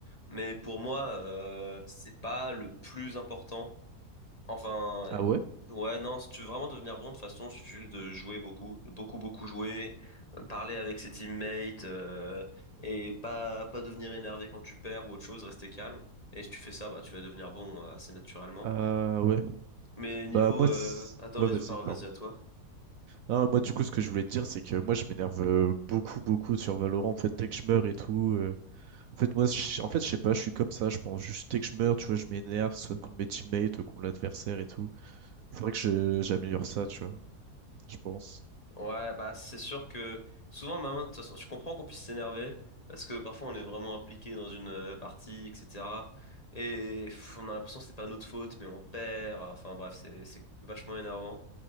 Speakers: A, on the left (about 25°); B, on the right (about 70°).
A: mais pour moi euh, c'est pas le plus important. Enfin,
B: Ah ouais?
A: ouais, non, si tu veux vraiment devenir bon, de toute façon, il suffit juste de jouer beaucoup, beaucoup, beaucoup jouer, euh, parler avec ses teammates, euh, et pas, pas devenir énervé quand tu perds ou autre chose, rester calme. Et si tu fais ça, bah, tu vas devenir bon euh, assez naturellement.
B: Ah ouais,
A: Mais niveau,
B: bah moi,
A: euh...
B: c-
A: attends,
B: ouais
A: vas-y,
B: vas-y,
A: parle,
B: pardon.
A: vas-y à toi.
B: Ah, moi du coup ce que je voulais te dire c'est que moi je m'énerve euh, beaucoup beaucoup sur Valorant en fait dès que je meurs et tout. euh, En fait moi, je- en fait je sais pas, je suis comme ça, je pense juste dès que je meurs, tu vois, je m'énerve soit contre mes teammates, euh, contre l'adversaire et tout. Faudrait que je- j'améliore ça, tu vois, je pense.
A: Ouais, bah, c'est sûr que souvent, maintenant, de toute façon, je comprends qu'on puisse s'énerver, parce que parfois, on est vraiment impliqué dans une euh, partie, etc. Et pff, on a l'impression que c'est pas notre faute, mais on perd. Enfin, bref, c'est, c'est vachement énervant.